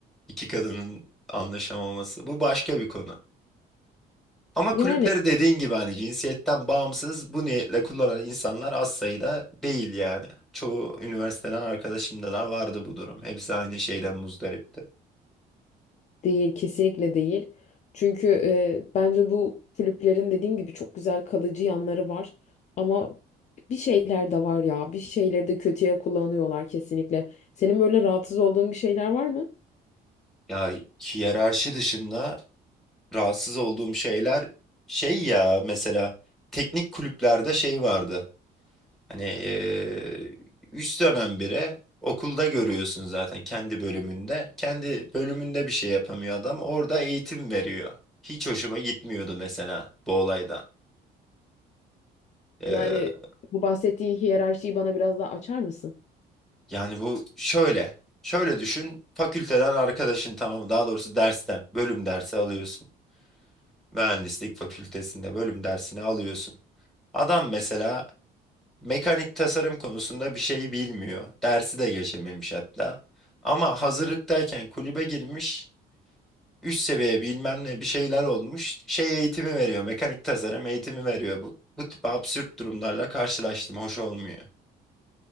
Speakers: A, in the centre; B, on the left.
A: iki kadının anlaşamaması. Bu başka bir konu. Ama kulüpleri
B: Yani
A: dediğin gibi hani cinsiyetten bağımsız bu niyetle kullanan insanlar az sayıda değil yani. Çoğu üniversiteden arkadaşımda da vardı bu durum. Hepsi aynı şeyden muzdaripti.
B: Değil, kesinlikle değil. Çünkü e, bence bu kulüplerin dediğim gibi çok güzel kalıcı yanları var. Ama bir şeyler de var ya, bir şeyleri de kötüye kullanıyorlar kesinlikle. Senin böyle rahatsız olduğun bir şeyler var mı?
A: Ya hiyerarşi dışında rahatsız olduğum şeyler şey ya mesela teknik kulüplerde şey vardı. Hani eee üst dönem biri okulda görüyorsun zaten kendi bölümünde. Kendi bölümünde bir şey yapamıyor adam. Orada eğitim veriyor. Hiç hoşuma gitmiyordu mesela bu olayda. Eee,
B: Yani bu bahsettiğin hiyerarşiyi bana biraz daha açar mısın?
A: yani bu şöyle. Şöyle düşün. Fakülteden arkadaşın tamam daha doğrusu dersten bölüm dersi alıyorsun. Mühendislik fakültesinde bölüm dersini alıyorsun. Adam mesela mekanik tasarım konusunda bir şey bilmiyor. Dersi de geçememiş hatta. Ama hazırlıktayken kulübe girmiş. üst seviye bilmem ne bir şeyler olmuş. Şey eğitimi veriyor. Mekanik tasarım eğitimi veriyor. Bu, bu tip absürt durumlarla karşılaştım. Hoş olmuyor.